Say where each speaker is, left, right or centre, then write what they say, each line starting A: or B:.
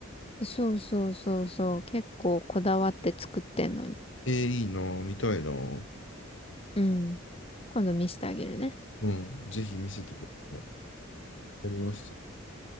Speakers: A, on the left; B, on the left.
A: そうそうそうそう。結構こだわって作ってんのに。
B: えー、いいなぁ、見たいなぁ。
A: うん。今度見せてあげるね。
B: うん、ぜひ見せてください。やります。